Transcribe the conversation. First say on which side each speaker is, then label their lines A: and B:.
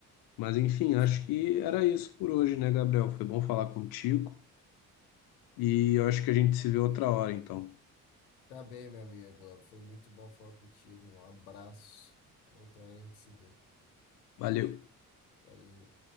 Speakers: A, on the left (about 55°); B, on the left (about 75°).
A: Mas enfim, acho
B: Sim.
A: que era isso por hoje, né, Gabriel? Foi bom falar contigo e eu acho que a gente se vê outra hora, então.
B: Tá bem, meu amigo. Foi muito bom falar contigo. Um abraço. Outra hora a gente se vê.
A: Valeu.
B: Valeu.